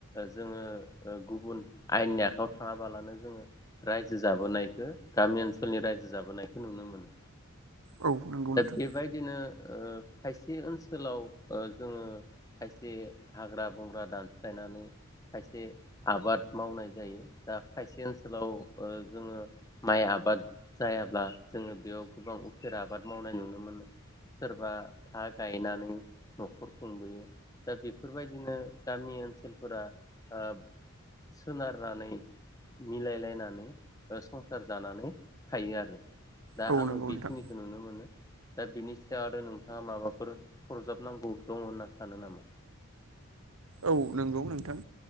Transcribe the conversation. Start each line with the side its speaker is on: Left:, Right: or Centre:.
Left: जोङो गुबुन आयेननि आखायाव थाङाबालानो जोङो रायजो जाबोनायखो गामि ओनसोलनि रायजो जाबोनायखो नुनो मोनो।
Right: औ नंगौ नोंथां
Left: दा बे बायदिनो ओह खायसे ओनसोलाव ओ जोङो खायसे हाग्रा बंग्रा दानस्र्लायनानै खायसे आबाद मावनाय जायो दा खायसे ओनसोलाव ओ जोङो माइ आबाद जायाब्ला जोङो बेयाव गोबां उफेरा आबाद मावनाय नुनो मोनो सोरबा था गायनानै नख खर खुंबोयो दा बेफोरबायदिनो गामि ओनसोलफोरा ओह सोनारनानै मिलायलायनानै संसार जानानै थायो आरो। दा
Right: औ
Left: आङो
Right: नंगौ
Left: बेखिनिखौ
Right: नोंथां
Left: नुनो मोनो। दा बिनि सायाव आरो नोंथाङा माबाफोर सरजाबनांगौ दङ होनना सानो नामा?
Right: औ नंगौ नोंथां।